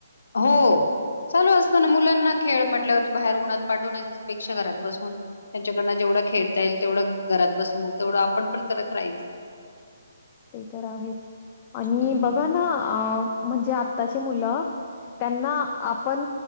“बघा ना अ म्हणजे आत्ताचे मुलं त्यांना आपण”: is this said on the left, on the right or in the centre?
Left